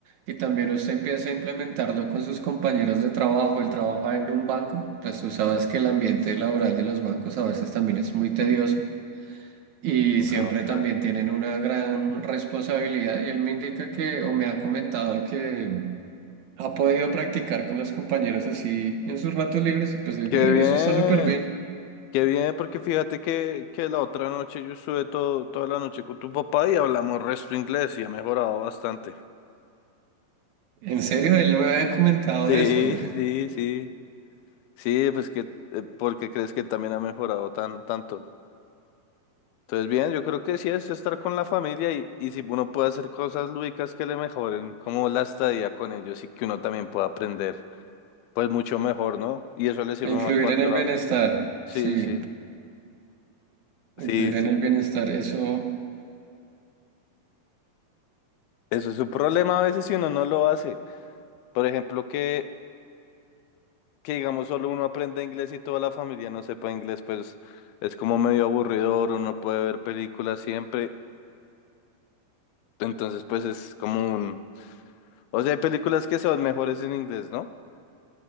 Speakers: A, on the right; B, on the left.
A: y también usted empiece a implementarlo con sus compañeros de trabajo. Él trabaja en un banco, pues tú sabes que el ambiente laboral de los bancos a veces también es muy tedioso y siempre
B: Ah, ok.
A: también tienen una gran responsabilidad. Y él me indica que,
B: Oh,
A: o me ha comentado que ha podido practicar con los compañeros así en sus ratos libres, y pues eh,
B: Qué bien,
A: eso está súper bien.
B: qué bien, porque fíjate que, que la otra noche yo estuve todo, toda la noche con tu papá y hablamos resto inglés y ha mejorado bastante.
A: En serio, él no me había comentado
B: Sí,
A: de eso, güey.
B: sí, sí. Sí, pues que, eh, porque crees que también ha mejorado tan, tanto. Entonces, bien, yo creo que sí es estar con la familia y, y si uno puede hacer cosas lúdicas que le mejoren, como la estadía con ellos y que uno también pueda aprender, pues mucho mejor, ¿no? Y eso le sirve
A: E influir
B: más para el
A: en
B: trabajo.
A: el bienestar.
B: Sí,
A: Sí,
B: sí. Sí,
A: influir
B: sí.
A: en el bienestar. Eso,
B: Eso es un problema a veces si uno no lo hace. Por ejemplo, que, que digamos solo uno aprende inglés y toda la familia no sepa inglés, pues es como medio aburridor, uno puede ver películas siempre. Entonces, pues es como un... O sea, hay películas que son mejores en inglés, ¿no?